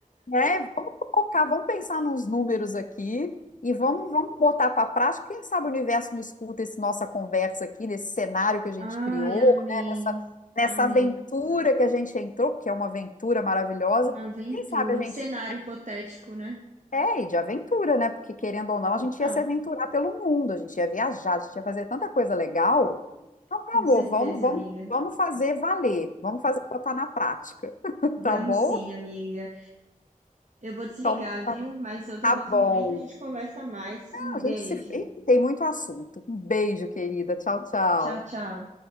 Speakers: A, on the left (about 65°); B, on the right (about 55°).
A: né? Vamos colocar, vamos pensar nos números aqui e vamos, vamos botar para a prática. Quem sabe o universo não escuta essa nossa conversa aqui, nesse cenário que a gente
B: Ai,
A: criou,
B: amém.
A: né? Nessa, nessa
B: Amém.
A: aventura que a gente entrou, porque é uma aventura maravilhosa.
B: Uma aventura,
A: Quem sabe a gente
B: um cenário hipotético, né?
A: é, e de aventura, né? Porque querendo ou não,
B: Total,
A: a gente ia se aventurar pelo mundo, a gente ia viajar, a gente ia fazer tanta coisa legal. Então,
B: com
A: meu amor,
B: certeza,
A: vamos, vamos,
B: amiga.
A: vamos fazer valer, vamos fazer botar na prática, <laughs>
B: Vamos
A: tá bom?
B: sim, amiga. Eu vou desligar,
A: Então,
B: viu? Mas outro,
A: tá
B: outro
A: bom.
B: momento a gente conversa mais. Um
A: A
B: beijo.
A: gente se... Ih, tem muito assunto. Um beijo, querida. Tchau, tchau.
B: Tchau, tchau.